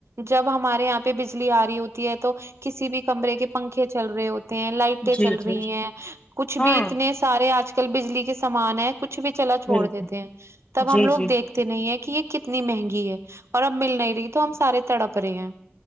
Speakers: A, on the right (about 70°); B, on the left (about 25°).
A: جب ہمارے یہاں پہ بجلی آ رہی ہوتی ہے تو کسی بھی کمرے کے پنکھے چل رہے ہوتے ہیں لائٹیں
B: جی
A: چل رہی
B: جی
A: ہیں کچھ
B: ہاں
A: بھی اتنے سارے آج کل بجلی کے سامان ہیں کچھ بھی چلا چھوڑ
B: بالکل
A: دیتے ہیں تب
B: جی
A: ہم لوگ
B: جی
A: دیکھتے نہیں ہیں کہ یہ کتنی مہنگی ہے اور اب مل نہیں رہی تو ہم سارے تڑپ رہے ہیں